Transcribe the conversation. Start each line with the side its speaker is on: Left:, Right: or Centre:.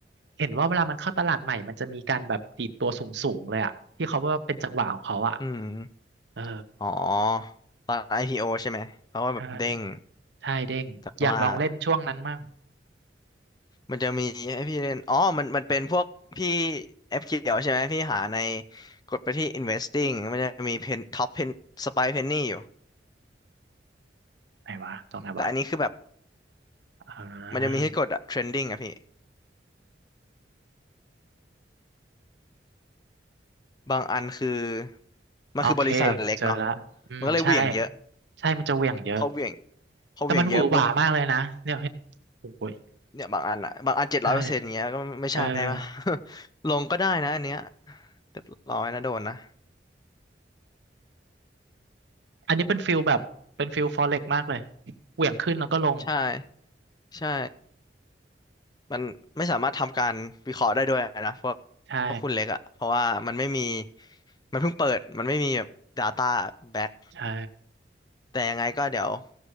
Right: เห็นว่าเวลามันเข้าตลาดใหม่มันจะมีการแบบดีดตัวสูงๆเลยอ่ะที่เขาว่าเป็นจังหวะของเขาอ่ะ
Left: อืม
Right: เออ
Left: อ๋อตอน IPO ใช่ไหมเขาก็แบบเด้ง
Right: ใช่ ใช่เด้งอยากลองเล่นช่วงนั้นมั่ง
Left: แต่ว่ามันจะมีให้พี่เล่นอ๋อมันมันเป็นพวกพี่แอปเขียวใช่ไหมพี่หาในกดไปที่ investing มันจะมีเพนท็อปเพนสไปเพนนี่อยู่
Right: ไหนวะตรงไหนวะ
Left: แต่อันนี้คือแบบ
Right: อ่า
Left: มันจะมีให้กดอะ trending อะพี่บางอันคือมันคือบริษัทเล็กเนาะ
Right: โอเคเจอละอืมใช่
Left: มันก็เลยเหวี่ยงเยอะ
Right: ใช่มันจะเหวี่ยงเยอะ
Left: พอเหวี่ยงพอเหวี่ยงเยอะปุ๊บ
Right: แต่มันหวือหวามากเลยนะเนี่ยเห็นโอ้ย
Left: เนี่ยบางอันอะบางอันเจ็ดร้อยเปอร์เซ็นต์เงี้ยก็ไม่ใช่ปะ
Right: ใช่เออ
Left: <laughs> ลงก็ได้นะอันเนี้ยเรียบร้อยนะโดนนะ
Right: อันนี้เป็นฟิลแบบเป็นฟิลฟอเร็กมากเลยเหวี่ยงขึ้นแล้วก็ลง
Left: ใช่ใช่ มันไม่สามารถทำการวิเคราะห์ได้ด้วยนะพวก
Right: ใช่
Left: พวกคุณเล็กอ่ะเพราะว่ามันไม่มีมันเพิ่งเปิดมันไม่มีแบบ Data Back
Right: ใช่
Left: แต่ยังไงก็เดี๋ยว